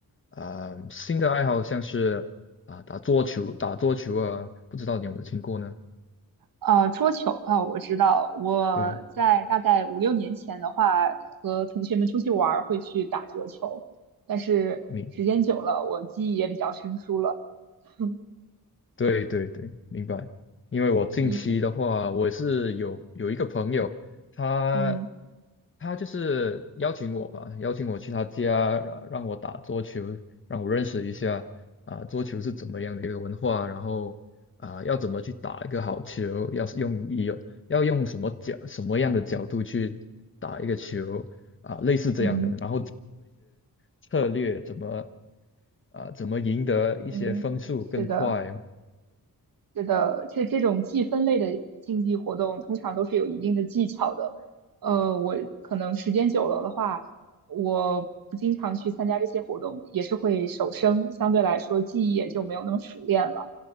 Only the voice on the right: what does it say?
呃，桌球啊，我知道，我在大概五六年前的话，
和同学们出去玩儿会去打桌球，但是时间久了，
我记忆也比较生疏了。<laughs>
你是，
嗯
嗯
嗯，是的。是的，这这种计分类的竞技活动通常都是有一定的技巧的。呃，我可能时间久了的话，我不经常去参加这些活动，也是会手生，相对来说记忆也就没有那么熟练了。